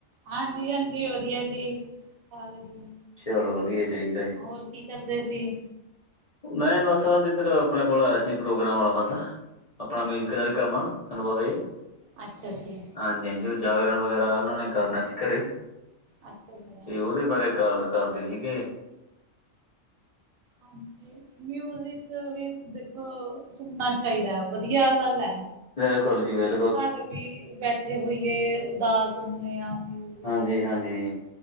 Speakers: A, on the right; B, on the left.
A: ਹਾਂਜੀ-ਹਾਂਜੀ ਵਧੀਆ ਜੀ, ਠੀਕ-ਠਾਕ ਵਧੀਆ
B: ਚਲੋ ਵਧੀਆ ਚਾਈਦਾ ਜੀ।
A: ਹੋਰ ਕੀ ਕਰਦੇ ਸੀਗੇ?
B: ਮੈਂ ਬੱਸ ਆ ਤੇ ਏਧਰ, ਆਪਣੇ ਕੋਲ ਆਯਾ ਸੀ, ਪ੍ਰੋਗਰਾਮ ਵਾਲਾ ਬੰਦਾ, ਅਪਣਾ
A: ਅੱਛ
B: ਮਿਊਜਿਕ ਆਲਾ ਕੰਮ ਆ। ਤਾਨੂੰ ਪਤਾ ਈ ਐ
A: ਅੱਛਾ ਜੀ।
B: ਆਜੀ-ਆਜੀ ਓ ਜਾਗਰਣ ਵਗੈਰਾ ਓਨਾਂ ਨੇ ਕਰਨਾ ਸੀ ਘਰੇ,
A: ਅੱਛਾ ਜੀ।
B: ਤੇ ਓਦੇ ਬਾਰੇ ਗੱਲ ਘਰਦੇ ਸੀਗੇ।
A: ਹਾਂਜੀ। ਮਿਊਜਿਕ ਵੀ ਦੇਖੋ ਸੁਨਨਾ ਚਾਈਦਾ ਵਦੀਆ ਗੱਲ ਐ।
B: ਬਿਲਕੁਲ ਜੀ ਬਿਲ
A: ਘਰ ਵੀ ਬੈਠੇ ਹੋਈਏ ਉਦਾਸ ਹੁੰਨੇ ਆਂ ਮਿਊਜ਼ਿਕ
B: ਜੀ ਹਾਂਜੀ।